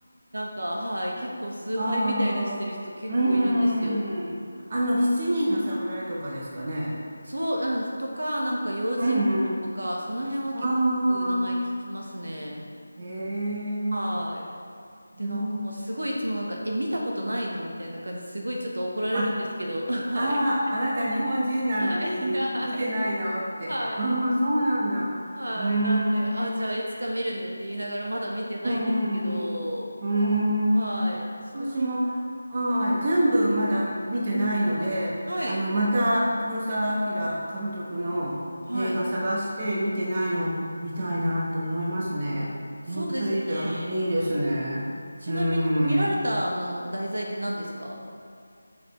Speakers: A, on the right (about 65°); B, on the right (about 35°).
A: なんか、はい、結構崇拝みたいなしてる人結構いるんですよ。
B: あ。ああ。うん。あの、七人の侍とかですかね。
A: そう、うん、とか、なんか用心棒とか、
B: うん。
A: その辺は結構よく名前聞きますね。
B: ああ。へえ。
A: はい。で、
B: うん。
A: なんかもうすごいいつもなんか、え、見たことないのみたいな感じですごいちょっと怒られるんですけど、
B: あ、
A: <laughs> はい。
B: ああ、あなた日本人なのに見てないのって。
A: はい。はい。はい。
B: ああ、そうなんだ。
A: はい。
B: うーん。
A: なんで、あ、じゃあいつか見るねって言いながらまだ見てないんですけど、
B: うんうんうん。
A: はい。
B: うーん。
A: ちなみに、
B: 私も、はい、全部まだ見てないので、
A: はい。
B: あの、また黒澤明監督の映画探して見てないのを見たいなって思いますね。
A: はい。そうですね。
B: 本当にだ、いいですね。
A: ちなみに見られたあの題材って何ですか
B: うーん。